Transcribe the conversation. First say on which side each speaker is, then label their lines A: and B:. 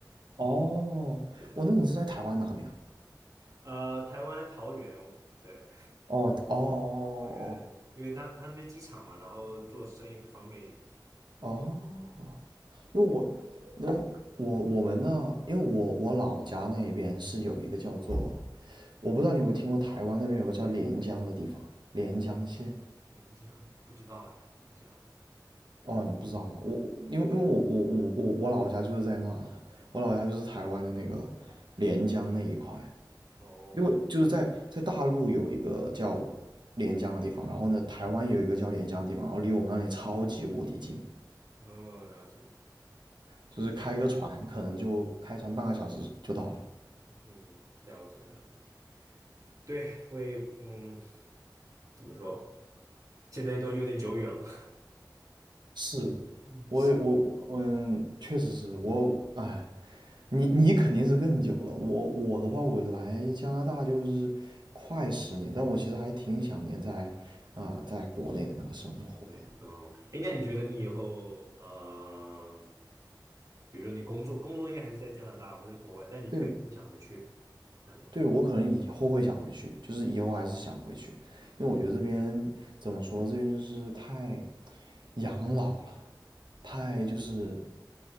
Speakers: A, on the right (about 80°); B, on the right (about 50°).
A: 哦，
B: 是是，
A: 我那你是在台湾哪里啊？
B: 呃，台湾桃园，对，
A: 哦哦
B: 桃园，因为他他们机场嘛，然后做生意会方便一点。这样
A: 哦哦哦。
B: 嗯。
A: 因为我，那我我们那，因为我我老家那边是有一个叫做，我不知道你有没有听过台湾那边有个叫连江的地方，连江县。
B: 廉江，哦不知道哎，廉江。
A: 哦，你不知道吗？我我因为因为我我我我我老家就是在那，我老家就是台湾的那个连江那一块，
B: 哦，
A: 因为就是在在大陆有一个叫连江的地方，然后呢，台湾有一个叫连江的地方，然后离我们那里超级无敌近，
B: 哦，了解，
A: 就是开个船可能就开船半个小时就到了。
B: 是我，嗯，了解了解，对，我也，嗯，怎么说，现在都有点久远了，
A: 是，
B: <laughs> 嗯，
A: 我也我我嗯，
B: 是的，
A: 确实是我，哎，你你肯定是更久了。我我的话，我来加拿大就是快十年，但我其实还挺想念在啊、呃在国内的那个生活的。
B: 对，嗯，哎，那你觉得你以后，呃，比如说你工作，工作应该还是在加拿大或者在国外，但你退休会想回去，
A: 对，
B: 那么，
A: 对我可能以后会想回去，就是以后还是想回去，因为我觉得这边怎么说，这边就是太养老了，太就是